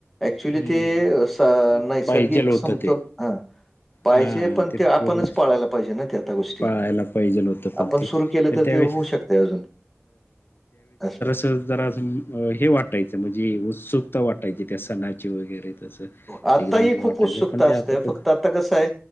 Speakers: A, in the centre; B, on the left.
A: ऍक्च्युली
B: हम्म
A: ते स नैसर्गिक
B: पाहिजेल होतं
A: समतोल
B: ते
A: ह पाहिजे
B: हा
A: पण ते आपणच
B: पूर्वी
A: पाळायला पाहिजे ना त्या त्या गोष्टी.
B: पाळायला पाहिजेल होतं पण
A: आपण
B: ते
A: सुर केलं
B: पण
A: तर
B: त्यावेळेस
A: ते होऊ शकत अजून, अस.
B: त जरा हे वाटायचं म्हणजे उत्सुकता वाटायची, त्या सणाची वगैरे तसं.
A: आत्ता
B: एकदम
A: ही
B: हे वाटायचं
A: खूप उत्सुकता
B: पण ते
A: असते,
B: आता तर
A: फक्त आता कसय,